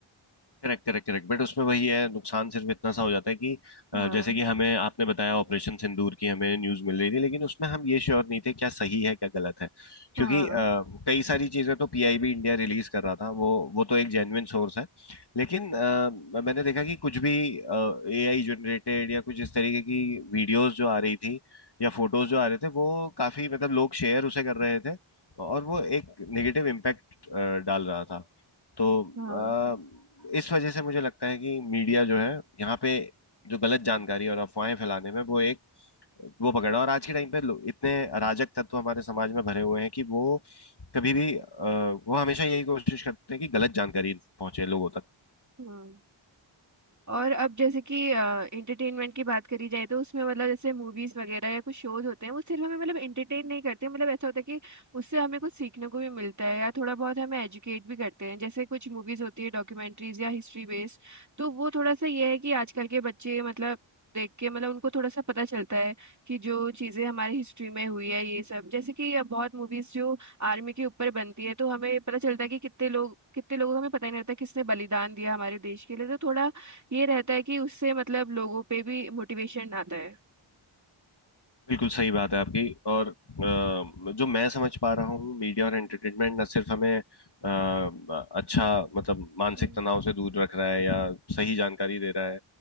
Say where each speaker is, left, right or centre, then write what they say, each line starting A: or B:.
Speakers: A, on the left; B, on the right.
A: Correct correct correct बट उसमें वही है नुकसान सिर्फ इतना सा हो जाता है कि अ,
B: हाँ
A: जैसे कि हमें आपने बताया ऑपरेशन सिंदूर की हमें न्यूज मिल रही थी लेकिन उसमें हम ये श्योर नहीं थे क्या सही है क्या गलत है क्योंकि
B: हाँ
A: अ, कई सारी चीजें तो पीआईबी इंडिया रिलीज कर रहा था वो वो तो एक जेन्युइन सोर्स है लेकिन अ, मैंने देखा कि कुछ भी एआई जनरेटेड या कुछ इस तरीके की वीडियोस जो आ रही थी या फोटोज जो आ रहे थे वो काफी मतलब लोग शेयर उसे कर रहे थे और वो एक नेगेटिव इम्पैक्ट डाल रहा था तो
B: हाँ
A: अ, इस वजह से मुझे लगता है कि मीडिया जो है यहाँ पे जो गलत जानकारी और अफवाहें फैलाने में वो एक वो पकड़ा और आज के टाइम पे लोग इतने अराजक तत्व हमारे समाज में भरे हुए हैं कि वो कभी भी अ, वो हमेशा यही कोशिश करते हैं कि गलत जानकारी पहुंचे लोगों तक
B: हाँ और अब जैसे कि एंटरटेनमेंट की बात करी जाए तो उसमें मतलब जैसे मूवीज वगैरह या कुछ शोज होते हैं वो सिर्फ हमें मतलब एंटरटेन नहीं करते मतलब ऐसा होता है कि उससे हमें कुछ सीखने को भी मिलता है या थोड़ा बहुत हमें एजुकेट भी करते हैं जैसे कुछ मूवीज होती है डॉक्यूमेंट्रीज या हिस्ट्री बेस्ड तो वो थोड़ा सा ये है कि आजकल के बच्चे मतलब देख के मतलब उनको थोड़ा सा पता चलता है कि जो चीजें हमारी हिस्ट्री में हुई है ये सब जैसे कि अब बहुत मूवीज जो आर्मी के ऊपर बनती है तो हमें पता चलता है कि कितने लोग कितने लोगों को हमें पता ही नहीं रहता किसने बलिदान दिया हमारे देश के लिए तो थोड़ा ये रहता है कि उससे मतलब लोगों पे भी मोटिवेशन आता है
A: बिल्कुल सही बात है आपकी और अ, जो मैं समझ पा रहा हूँ मीडिया और एंटरटेनमेंट न सिर्फ हमें अ, अच्छा मतलब मानसिक
B: हम्म।
A: तनाव से दूर रख रहा है या सही जानकारी दे रहा है